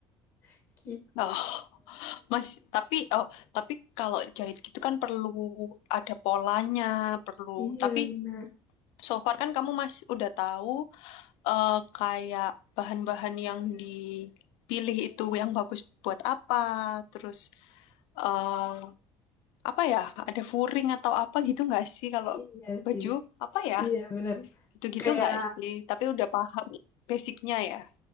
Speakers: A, on the left; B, on the left.
A: <laughs> gitu.
B: Oh, Mas, tapi oh, tapi kalau jahit gitu kan perlu ada polanya, perlu.
A: Iya
B: Tapi
A: benar.
B: so far kan kamu masih udah tahu eh, kayak bahan-bahan yang dipilih itu yang bagus buat apa, terus eh, apa ya? Ada furing atau apa gitu nggak sih kalau
A: Iya
B: baju
A: sih.
B: apa ya?
A: Iya benar.
B: Gitu-gitu
A: Kayak
B: nggak sih? Tapi udah paham basicnya ya.